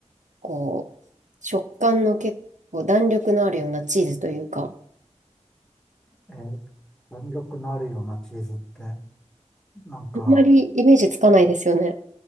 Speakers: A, on the right; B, in the centre.
A: こう、食感の結構弾力のあるようなチーズというか、
B: え、弾力のあるようなチーズって、なんか、
A: あんまりイメージつかないですよね。